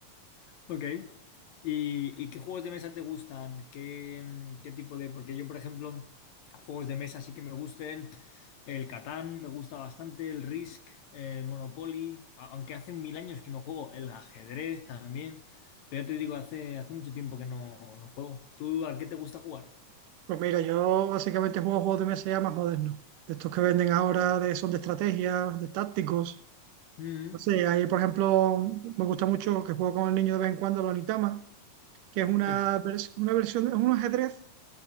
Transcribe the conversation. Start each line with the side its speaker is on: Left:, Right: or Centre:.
Left: Ok. ¿Y, y qué juegos de mesa te gustan? ¿Qué, mm, qué tipo de...? Porque yo, por ejemplo, juegos de mesa sí que me gusten. El Catán me gusta bastante, el Risk, el Monopoly, a- aunque hace mil años que no juego. El ajedrez también. Pero ya te digo, hace, hace mucho tiempo que no, no juego. ¿Tú a qué te gusta jugar?
Right: Pues mira, yo básicamente juego juegos de mesa ya más modernos, de estos que venden ahora, de, son de estrategias, de tácticos.
Left: Mm,
Right: No sé, ahí por ejemplo me gusta mucho que juego con el niño de vez en cuando, la Onitama, que es una,
Left: eh,
Right: vers- una versión, es un ajedrez,